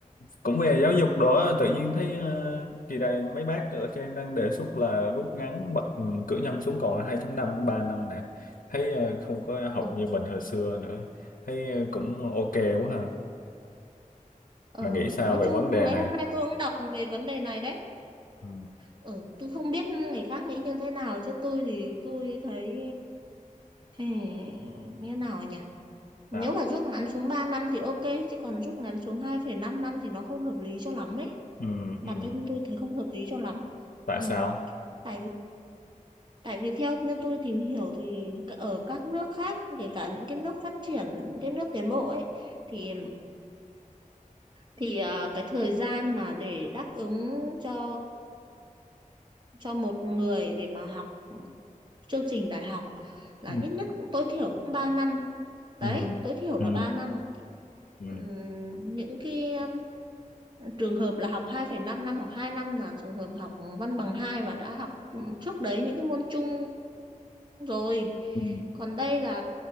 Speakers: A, on the left (about 75°); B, on the right (about 35°).
A: cũng về giáo dục đó, tự nhiên thấy ờ, kỳ này mấy bác ở trên đang đề xuất là rút ngắn bậc cử nhân xuống còn là 2 năm ba năm nè. Thấy ờ, không có học
B: Ừ,
A: như mình hồi xưa nữa. Thấy ờ, cũng ok quá ha.
B: ờ,
A: Bạn nghĩ sao
B: nói
A: về
B: chung
A: vấn đề
B: mấy
A: này?
B: hôm nay tôi cũng đọc về vấn đề này đấy.
A: Ừ,
B: Ừ, tôi không biết người khác nghĩ như thế nào chứ tôi thì tôi thấy ừ, như nào nhỉ? Nếu
A: sao?
B: mà rút ngắn xuống 3 năm thì ok chứ còn rút ngắn xuống hai phẩy năm năm thì nó không hợp lý cho lắm ấy.
A: Ừ,
B: Bản
A: ừ,
B: thân tôi thấy không hợp lý cho lắm.
A: tại
B: Ừ,
A: sao?
B: tại vì Tại vì theo như tôi tìm hiểu thì c- ở các nước khác, kể cả những cái nước phát triển, những cái nước tiến bộ ấy, thì thì à, cái thời gian mà để đáp ứng cho cho một người để mà học chương trình đại học là
A: Ừ,
B: ít nhất cũng tối thiểu cũng ba năm đấy
A: ừ,
B: tối thiểu
A: ừ,
B: là ba năm
A: ừ,
B: Ừm, những cái um, trường hợp là học hai phẩy năm năm hoặc 2 năm là trường hợp học văn bằng hai và đã học ừm, trước đấy những cái môn chung rồi
A: ừ,
B: còn đây là